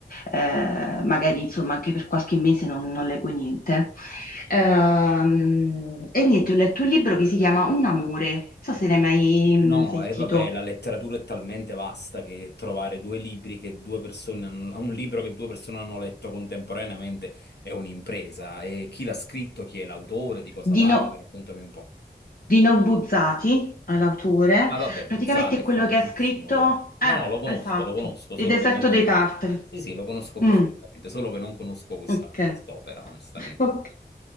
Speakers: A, on the left (about 60°); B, on the left (about 85°).
A: eh, magari insomma anche per qualche mese non, non leggo niente. Ehm, e niente, ho letto un libro che si chiama Un amore, non so se l'hai mai mm,
B: No,
A: sentito,
B: e vabbè, la letteratura è talmente vasta che trovare due libri che due persone hanno, un libro che due persone hanno letto contemporaneamente è un'impresa. E chi l'ha scritto, chi è l'autore, di cosa
A: di,
B: parla,
A: no,
B: raccontami un po'.
A: di Nobuzzati, è l'autore,
B: Ma vabbè, Buzzati
A: praticamente è
B: è
A: quello
B: famosissimo,
A: che ha scritto...
B: però. No,
A: Ah,
B: no, lo conosco,
A: esatto,
B: lo conosco,
A: Il
B: solo
A: deserto
B: che non conosco.
A: dei tartari.
B: Sì, sì, lo conosco perfettamente,
A: Mm.
B: solo che non conosco questa
A: Ok,
B: quest'opera, onestamente.
A: <laughs> ok.